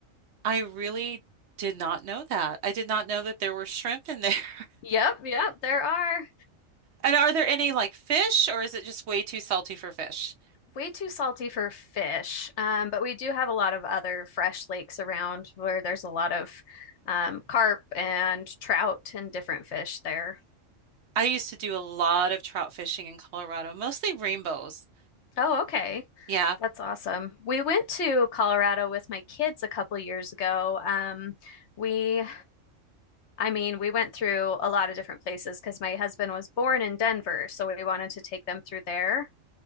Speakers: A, on the right (about 65°); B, on the left (about 65°).
A: I really did not know that. I did not know that there were shrimp in there. <laughs>
B: Yep, yep, there are.
A: And are there any like fish or is it just way too salty for fish?
B: way too salty for fish, um, but we do have a lot of other fresh lakes around where there's a lot of um, carp and trout and different fish there.
A: I used to do a lot of trout fishing in Colorado, mostly rainbows.
B: Oh, okay.
A: Yeah.
B: That's awesome. We went to Colorado with my kids a couple of years ago. Um, we, I mean, we went through a lot of different places because my husband was born in Denver, so we wanted to take them through there.